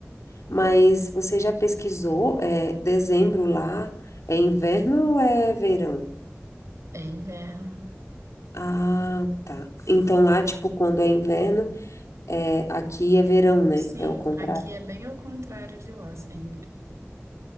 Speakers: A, on the left; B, on the right.
A: Mas você já pesquisou? É, dezembro lá é inverno ou é verão?
B: é inverno.
A: Ah, tá. Então lá, tipo, quando é inverno, é, aqui é verão, né?
B: Sim,
A: É o contrário.
B: aqui é bem ao contrário de lá sempre.